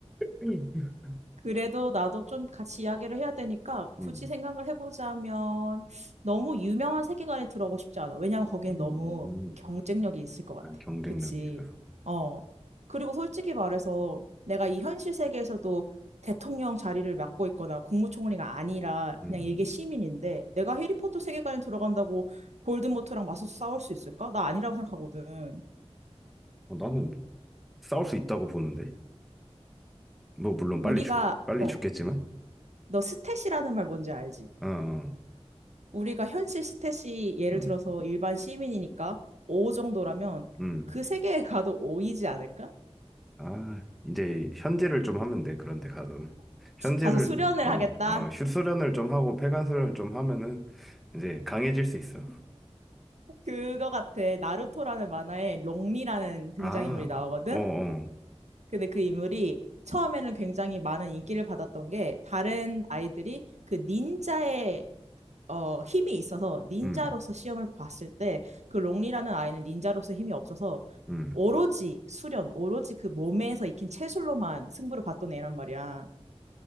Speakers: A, in the centre; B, on the right.
A: 음, <laughs>
B: 그래도 나도 좀 같이 이야기를 해야 되니까 굳이
A: 음,
B: 생각을 해보자면 너무 유명한 세계관에 들어가고 싶지 않아. 왜냐면 거기는
A: 음.
B: 너무 경쟁력이 있을 것 같아.
A: 아, 경쟁력이
B: 그치?
A: 있어서.
B: 어. 그리고 솔직히 말해서 내가 이 현실 세계에서도 대통령 자리를 맡고 있거나 국무총리가 아니라
A: 음.
B: 그냥 일개
A: 음.
B: 시민인데 내가 해리포터 세계관에 들어간다고 볼드모트랑 맞서서 싸울 수 있을까? 나 아니라고 생각하거든.
A: 어, 나는 싸울 수 있다고 보는데. 뭐, 물론
B: 우리가
A: 빨리 죽, 빨리
B: 어,
A: 죽겠지만.
B: 너 스탯이라는 말 뭔지 알지?
A: 어, 어,
B: 우리가 현실 스탯이 예를
A: 음,
B: 들어서 일반 시민이니까 5 정도라면
A: 음.
B: 그 세계에 가도 5이지 않을까?
A: 아, 이제 현질을 좀 하면 돼, 그런데 가서는. 현질을,
B: 가서 수련을
A: 어,
B: 하겠다.
A: 어, 슛수련을 좀 하고 폐관수련을 좀 하면은 이제 강해질 수 있어.
B: 그거 같아. 나루토라는 만화에 롱리라는 등장인물이
A: 아,
B: 나오거든.
A: 어, 어, 어.
B: 근데 그 인물이 처음에는 굉장히 많은 인기를 받았던 게 다른 아이들이 그 닌자의 어, 힘이 있어서 닌자로서
A: 음,
B: 시험을 봤을 때 그 롱리라는 아이는 닌자로서 힘이 없어서
A: 음.
B: 오로지 수련, 오로지 그 몸에서 익힌 체술로만 승부를 봤던 애란 말이야.